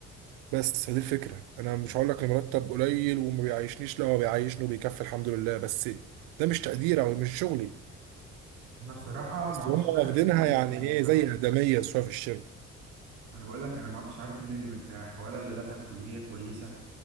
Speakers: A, on the right; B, on the right.
A: بس هذه الفكره انا مش هقول لك المرتب قليل وما بيعيشنيش لا هو بيعيشني وبيكفي الحمد لله بس ده مش تقديري او مش شغلي
B: أنا بصراحة
A: بس
B: ما عدتش
A: هم واخدينها
B: عارف مين اللي
A: يعني
B: مرتاح
A: ايه
B: يعني
A: زي ادميه شويه في الشركه
B: انا بقول لك انا ما عدتش عارف مين اللي مرتاح ولا اللي دخل كلية كويسة